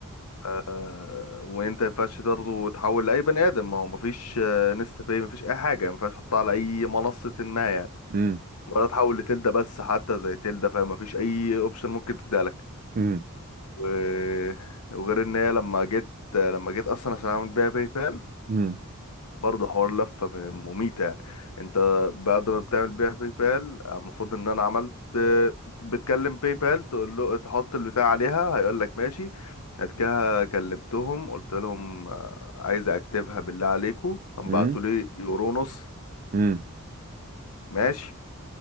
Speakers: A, on the left; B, on the right.
A: آه... وانت ما ينفعش برضه تحول لاي بني ادم ما هو ما فيش آه، نستا باي ما فيش اي حاجه ما ينفعش تحطها على اي منصه ما يعني
B: امم
A: ولا تحول لتلدا بس حتى زي تلدا فاهم ما فيش اي اوبشن ممكن تديها لك
B: امم
A: و... وغير ان هي لما جيت لما جيت اصلا عشان اعمل بيها باي بال،
B: امم
A: برضه حوار لفة م- مميتة يعني انت بعد ما بتعمل بيها باي بال المفروض ان انا عملت بتكلم باي بال تقول له تحط البتاع عليها هيقول لك ماشي بعد كده كلمتهم قلت لهم آه، عايز اكتبها بالله عليكم بعتوا
B: امم
A: لي يورو نص
B: امم
A: ماشي